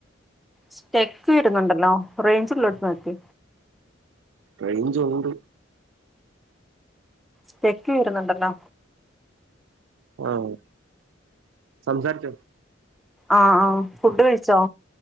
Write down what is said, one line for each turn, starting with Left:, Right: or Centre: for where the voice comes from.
Centre: സ്റ്റെക്ക് വെരുന്നുണ്ടല്ലോ റെയ്ഞ്ച്ള്ളോട്ത്ത് ന്ക്ക്
Right: റെയ്ഞ്ചുണ്ട്
Centre: സ്റ്റെക്ക് വെരുന്നുണ്ടല്ലോ?
Right: ആഹ് സംസാരിച്ചോ
Centre: ആഹ് ആഹ് ഫുഡ് കഴിച്ചോ